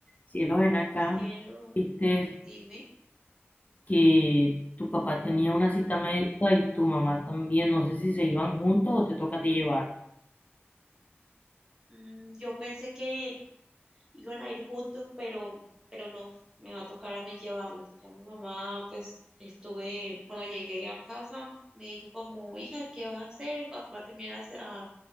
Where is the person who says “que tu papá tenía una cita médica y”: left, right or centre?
Left